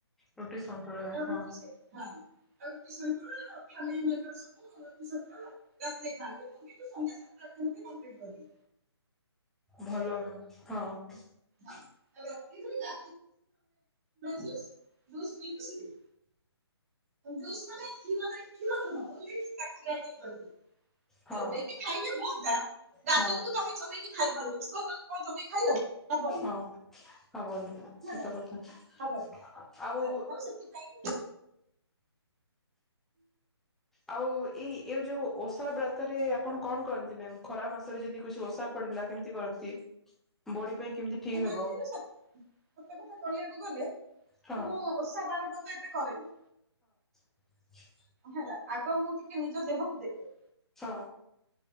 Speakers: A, in the centre; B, on the right.
A: ରୁଟି ସନ୍ତୁଳା
B: ସନ୍ଧ୍ୟା
A: ହଁ।
B: ବେଳଠୁ ସେ ହଁ ଆଉ ରୁଟି ସନ୍ତୁଳା ଆମେ ବି ସବୁ ରୁଟି ସନ୍ତୁଳା ରାତିରେ ଖାନ୍ତି ମୁଁ ସନ୍ଦ୍ୟା ସାତଟା ସୁଦ୍ଧା ସାରିଦିଏ।
A: ଭଲ ନା ହଁ। <unintelligible>
B: <inaudible> କମଳା ଜୁସ ଜୁସ ପିଇକି ସୋଇ ଜୁସ ମାନେ କ୍ଷୀର ରେ କ୍ଷୀର ନୁହଁ ଓଂଲି <inaudible>
A: ହଁ।
B: ଚୋବେଇକି ଖାଇଲେ ହୁଅନ୍ତା ଗାଜରକୁ
A: ହଁ
B: ତମେ ଚୋବେେଇକି ଖାଇ ପାରୁନ। କଦଳି କଣ ଚୋବେଇ ଖାଇହବ? ହବନି
A: ହଁ ହବନି
B: ହେଲା
A: ସତ କଥା
B: ହବନି
A: ଆଉ।
B: ତ ସେଥିପାଇଁ
A: ଆଉ ଏଇ ଏ ଯୋଉ ଓଷା ବ୍ରତରେ ଆପଣ କଣ କରନ୍ତି ମେମ୍ ଖରା ମାସରେ ଯଦି କିଛି ଓଷା ପଡିଲା କେମତି କରନ୍ତି ବଡି ପାଇଁ କେମିତି ଠିକ
B: ଜାଣିଲୁ
A: ହେବ
B: ଉଷା ସତ କଥା କହିବାକୁ ଗଲେ
A: ହଁ
B: ମୁଁ ଓଷା ବାରବ୍ରତ ଏତେ କରେନି।
A: <inaudible>
B: ହେଲା ଆଗ ମୁଁ ଟିକେ ନିଜ ଦେହକୁ ଦେଖେ।
A: ହଁ।